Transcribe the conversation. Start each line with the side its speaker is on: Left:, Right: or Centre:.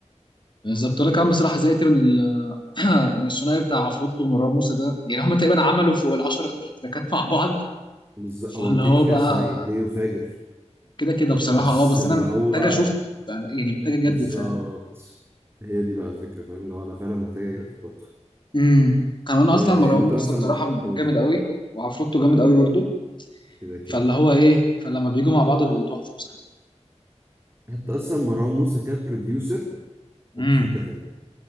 Left: بالظبط انا كمان بصراحه زهقت من <clears throat> من الثنائي بتاع عفروتو ومروان موسى ده يعني هم تقريبا عملوا فوق العشر تراكات مع بعض
Right: بالظبط
Left: فاللي
Right: هو كيكه
Left: هو بقى
Right: ثنائي ديو فاجر
Left: كده كده بصراحة
Right: بس
Left: اه بس
Right: اللي
Left: انا
Right: هو
Left: محتاج اشوف بقى- يعني محتاج اجدد
Right: بالظبط
Left: فاهم
Right: هي دي بقى الفكرة فاهم اللي هو أنا فعلا محتاج أجرب برضه
Left: امم كمان اصلا
Right: يا-
Left: مروان
Right: يعني أنت
Left: موسى
Right: مثلا
Left: بصراحة
Right: قول
Left: جامد قوي وعفروتو جامد قوي برضو
Right: كده كده
Left: فاللي هو ايه فلما بيجوا مع بعض بيبقوا تحفة بصراحة
Right: حتى أصلا مروان موسى كبروديوسر
Left: امم
Right: هو في حتة تانية